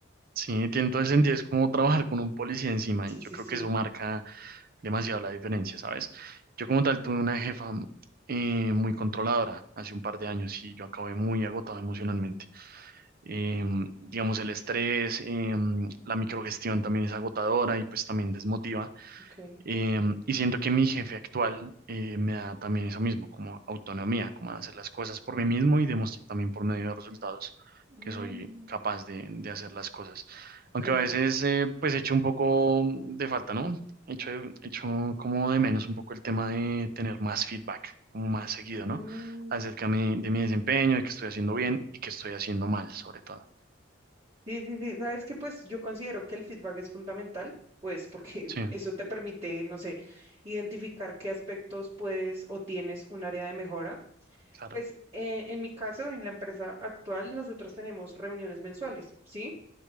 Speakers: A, on the right (about 50°); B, on the right (about 30°).
A: sí, tiene todo el sentido. Es como trabajar con un policía encima
B: Sí,
A: y yo
B: sí,
A: creo
B: sí.
A: que eso marca demasiado la diferencia, ¿sabes? Yo como tal tuve una jefa eh, muy controladora hace un par de años y yo acabé muy agotado emocionalmente. Eh, digamos, el estrés, eh, la microgestión también es agotadora y pues también desmotiva.
B: Ok.
A: Em, y siento que mi jefe actual eh, me da también eso mismo, como autonomía, como de hacer las cosas por mí mismo y demostrar también por medio de resultados
B: Mm,
A: que soy capaz de, de hacer las cosas.
B: ok.
A: Aunque a veces eh, pues echo un poco de falta, ¿no? Echo, echo como de menos un poco el tema de tener más feedback, como más seguido, ¿no?
B: Mm,
A: Acerca de mi de mi desempeño, de que estoy haciendo bien y que estoy haciendo mal, sobre todo.
B: Sí, sí, sí. Sabes que pues yo considero que el feedback es fundamental, pues porque
A: Sí,
B: <laughs> eso te permite, no sé, identificar qué aspectos puedes o tienes un área de mejora.
A: claro.
B: Pues eh, en mi caso, en la empresa actual, nosotros tenemos reuniones mensuales, ¿sí?